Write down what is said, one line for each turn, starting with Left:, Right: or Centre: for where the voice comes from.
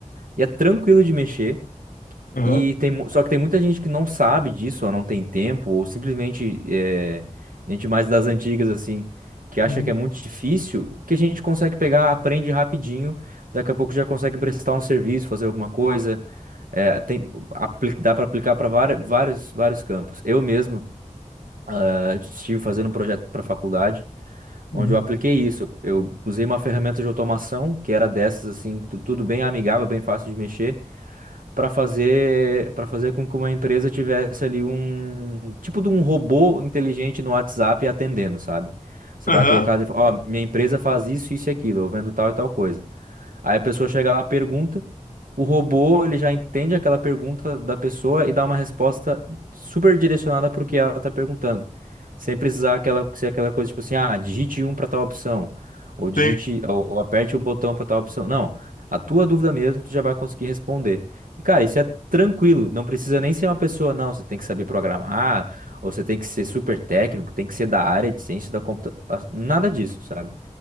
Right: E é tranquilo de mexer
Left: Aham.
Right: e tem mu- só que tem muita gente que não sabe disso, ou não tem tempo, ou simplesmente é, gente mais das antigas assim, que acha
Left: Uhum.
Right: que é muito difícil, que a gente consegue pegar, aprende rapidinho, daqui a pouco já consegue prestar um serviço, fazer alguma coisa. É, tem, apli- dá para aplicar para vários, vários campos. Eu mesmo, eh, estive fazendo um projeto para faculdade
Left: Uhum.
Right: onde eu apliquei isso. Eu usei uma ferramenta de automação que era dessas assim, tu- tudo bem amigável, bem fácil de mexer, para fazer para fazer com que uma empresa tivesse ali um tipo de um robô inteligente no WhatsApp atendendo, sabe? Você
Left: Aham.
Right: vai colocar, as info- ó, minha empresa faz isso, isso e aquilo, eu vendo tal e tal coisa. Aí a pessoa chega lá, pergunta, o robô ele já entende aquela pergunta da pessoa e dá uma resposta super direcionada para o que ela está perguntando. Sem precisar aquela, ser aquela coisa tipo assim, ah, digite um para tal opção, ou digite,
Left: Sim.
Right: ou, ou aperte o botão para tal opção. Não, a tua dúvida mesmo, tu já vai conseguir responder. E cara, isso é tranquilo, não precisa nem ser uma pessoa, não, você tem que saber programar, ou você tem que ser super técnico, tem que ser da área de ciência da computação, nada disso, sabe?